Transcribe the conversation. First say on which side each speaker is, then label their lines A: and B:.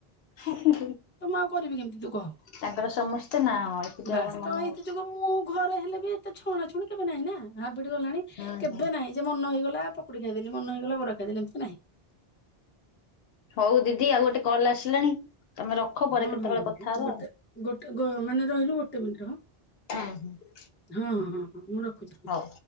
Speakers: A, on the left; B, on the left.
A: ଓହୋ
B: ତ ମୁଁ ଆଉ କରିବି କେମିତି ତୁ କହ।
A: ତାଙ୍କର ସମସ୍ତେ ନାହଁ <unintelligible>
B: ବାସ୍ତ
A: ମନ
B: ହେଇଥି
A: ହଉଛି।
B: ଯୋଗୁ ମୁଁ ଘରେ ହେଲେ ବି ଏତେ ଛଣାଛୁଣି କେବେ ନାହିଁ ନା ହାବିଟି ଗଲାଣି
A: ହୁଁ ହୁଁ।
B: କେବେ ନାଇଁ ଯେ ମନ ହେଇଗଲା ପ କୁଡ଼ି ଖାଇଦଲି ମନ ହେଇଗଲା ବରା ଖାଇଦେଲି ଏମ୍ତି ନାହିଁ।
A: ହଉ ଦିଦି ଆଉ ଗୋଟେ କଲ୍ ଆସିଲାଣି ତମେ ରଖ ପରେ
B: ହଁ
A: କେତବଳେ
B: ହଁ ହଁ
A: କଥା
B: ହଁ
A: ହବା
B: ଗୋଟେ
A: ଆଉ।
B: ଗୋଟେ ମାନେ ରହିଲୁ ଗୋଟେ ମିନ୍ଟି ରହ।
A: ହୁଁ-ହୁଁ।
B: ହଁ-ହଁ-ହଁ-ହଁ ମୁଁ ରଖୁଚି।
A: ହଉ।